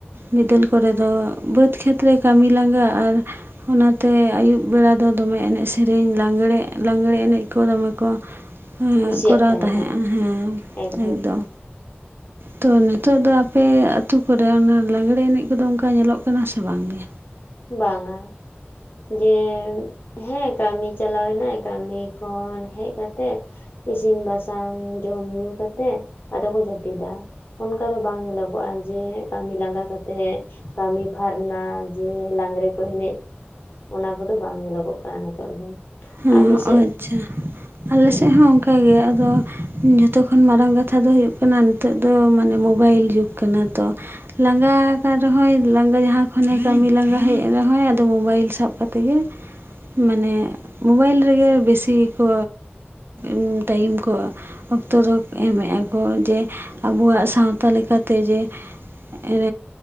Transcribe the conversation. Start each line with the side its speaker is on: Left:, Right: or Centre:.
Right: ᱵᱤᱫᱟᱹᱞ ᱠᱚᱨᱮ ᱫᱚ ᱵᱟᱹᱫᱽ ᱠᱷᱮᱛ ᱨᱮ ᱠᱟᱹᱢᱤ ᱞᱟᱸᱜᱟ ᱟᱨ ᱚᱱᱟ ᱛᱮ ᱟᱹᱭᱩᱵ ᱵᱮᱲᱟ ᱫᱚ ᱫᱚᱢᱮ ᱮᱱᱮᱡ ᱥᱮᱨᱮᱧ ᱞᱟᱝᱲᱮ ᱞᱟᱝᱲᱮ ᱮᱱᱮᱡ ᱠᱚ ᱫᱚᱢᱮ ᱠᱚ ᱦᱮᱸ
Left: ᱠᱩᱥᱤᱭᱟᱜ
Right: ᱠᱚᱨᱟᱣ
Left: ᱛᱟᱦᱮᱸᱜᱼᱟ
Right: ᱛᱟᱸᱦᱮᱸᱜᱼᱟ ᱦᱮᱸ
Left: ᱦᱮᱸ
Right: ᱮᱠᱫᱚᱢ᱾ ᱛᱚ ᱱᱤᱛᱚᱜ ᱫᱚ ᱟᱯᱮ ᱟᱛᱩ ᱠᱚᱨᱮ ᱚᱱᱟ ᱞᱟᱜᱽᱲᱮ ᱮᱱᱮᱡ ᱠᱚᱫᱚ ᱚᱝᱠᱟ ᱧᱮᱞᱚᱜ ᱠᱟᱱᱟ ᱥᱮ ᱵᱟᱝ ᱜᱮ?
Left: ᱵᱟᱝᱟ᱾ ᱡᱮ ᱦᱮᱸ ᱠᱟᱹᱢᱤ ᱪᱟᱞᱟᱣ ᱱᱟᱭ ᱠᱟᱹᱢᱤ ᱠᱷᱚᱱ ᱦᱮᱡ ᱠᱟᱛᱮᱜ ᱤᱥᱤᱱ ᱵᱟᱥᱟᱝ ᱡᱚᱢ ᱧᱩ ᱠᱟᱛᱮᱜ ᱟᱫᱚ ᱠᱚ ᱡᱟᱹᱯᱤᱫᱟ᱾ ᱚᱱᱠᱟ ᱫᱚ ᱵᱟᱝ ᱧᱮᱞᱚᱜᱚᱜ-ᱟ ᱡᱮ ᱠᱟᱹᱢᱤ ᱞᱟᱸᱜᱟ ᱠᱟᱛᱮᱜ ᱠᱟᱹᱢᱤ ᱯᱷᱟᱨᱱᱟ ᱡᱮ ᱞᱟᱝᱲᱮ ᱠᱚ ᱮᱱᱮᱡ ᱚᱱᱟ ᱠᱚᱫᱚ ᱵᱟᱝ ᱧᱮᱞᱚᱜᱚᱜ ᱠᱟᱱᱟ ᱱᱤᱛᱚᱜ ᱫᱚ᱾
Right: ᱦᱮᱸ
Left: ᱟᱯᱮ ᱥᱮᱫ
Right: ᱟᱪᱪᱷᱟ
Left: ᱦᱮᱸ
Right: ᱟᱞᱮᱥᱮᱜ ᱦᱚᱸ ᱚᱝ ᱠᱟ ᱜᱮ ᱟᱫᱚ ᱡᱚᱛᱚ ᱠᱷᱚᱱ ᱢᱟᱨᱟᱝ ᱠᱟᱛᱷᱟ ᱫᱚ ᱦᱩᱭᱩᱜ ᱠᱟᱱᱟ ᱱᱤᱛᱚᱜ ᱫᱚ ᱢᱟᱱᱮ ᱢᱳᱵᱟᱭᱤᱞ ᱡᱩᱜᱽ᱾ ᱠᱟᱱᱟ ᱛᱚ᱾ ᱞᱟᱸᱜᱟ ᱟᱠᱟᱱ ᱨᱮᱦᱚᱸᱭ ᱞᱟᱸᱜᱟ ᱡᱟᱦᱟᱸ ᱠᱷᱚᱱᱮ ᱠᱟᱹᱢᱤ ᱞᱟᱸᱜᱟ ᱦᱮᱡ ᱨᱮᱦᱚᱸ ᱟᱫᱚ ᱢᱳᱵᱟᱭᱤᱞ ᱥᱟᱵ ᱠᱟᱛᱮ ᱜᱮ ᱢᱟᱱᱮ ᱢᱳᱵᱟᱭᱤᱞ ᱨᱮᱜᱮ ᱵᱮᱥᱤ ᱠᱚ ᱩᱸ ᱴᱟᱭᱤᱢ ᱠᱚ ᱚᱠᱛᱚ ᱫᱚ ᱮᱢ ᱮᱜᱼᱟ ᱠᱚ ᱡᱮ ᱟᱵᱚᱣᱟᱜ ᱥᱟᱶᱛᱟ ᱞᱮᱠᱟᱛᱮ ᱡᱮ ᱮᱸ᱾